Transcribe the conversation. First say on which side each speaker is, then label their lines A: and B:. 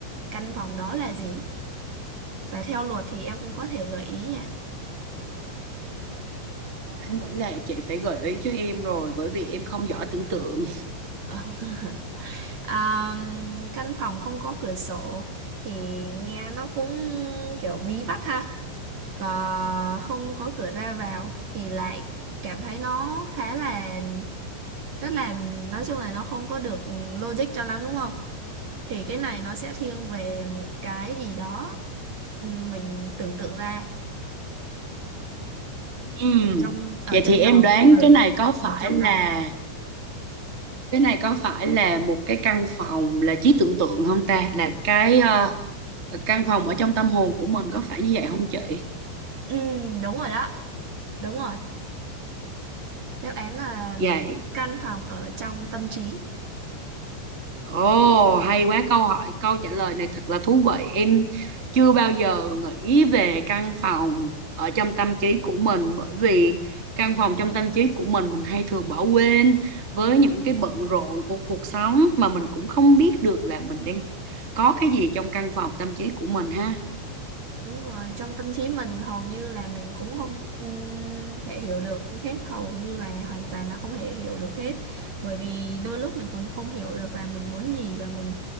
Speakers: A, on the right; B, on the right.
A: Căn phòng đó là gì? Và theo luật thì em cũng có thể gợi ý nha.
B: Đáng lẽ là chị phải gợi ý cho em rồi bởi vì em không giỏi tưởng tượng.
A: <laughs> Ờ. À, căn phòng không có cửa sổ thì nghe nó cũng kiểu bí bách ha có- không có cửa ra vào thì lại cảm thấy nó khá là rất là nói chung là nó không có được ừ, logic cho lắm đúng không? Thì cái này nó sẽ thiên về một cái gì đó ừ, mình tưởng tượng ra
B: Ừm,
A: ở trong ở
B: Vậy
A: trong
B: thì em
A: đầu
B: đoán
A: ừ,
B: cái này có phải
A: ở trong
B: là
A: đầu
B: cái này có phải là một cái căn phòng là trí tưởng tượng không ta? Là cái ờ, căn phòng ở trong tâm hồn của mình có phải như vậy không chị?
A: ừ, đúng rồi đó đúng rồi đáp án là
B: Dạ
A: căn phòng ở trong tâm trí
B: Ồ, hay quá câu hỏi, câu trả lời này thật là thú vị. Em chưa bao giờ nghĩ về căn phòng ở trong tâm trí của mình bởi vì căn phòng trong tâm trí của mình mình hay thường bỏ quên với những cái bận rộn của cuộc sống mà mình cũng không biết được là mình đang có cái gì trong căn phòng tâm trí của mình ha.
A: Đúng rồi, trong tâm trí mình hầu như là mình cũng không ừm, thể hiểu được hết, hầu như là hoàn toàn là không thể hiểu được hết. Bởi vì đôi lúc mình còn không hiểu được là mình muốn gì và mình